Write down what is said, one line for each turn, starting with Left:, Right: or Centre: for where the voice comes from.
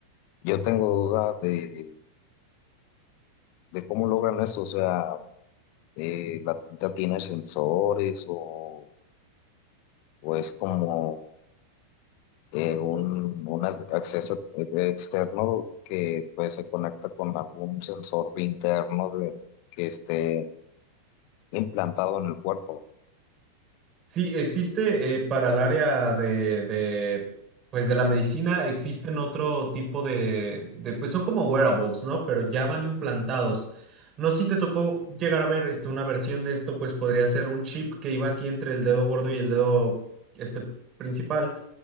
Left: yo tengo duda de, de cómo logran esto, o sea, eh, la tinta tiene sensores o, o es como eh, un, un ac- acceso eh, externo que pues se conecta con algún sensor interno de- que esté implantado en el cuerpo.
Right: Sí, existe eh, para el área de, de, pues, de la medicina, existen otro tipo de, de, pues, son como wearables, ¿no? Pero ya van implantados. No sé si te tocó llegar a ver este, una versión de esto, pues podría ser un chip que iba aquí entre el dedo gordo y el dedo este, principal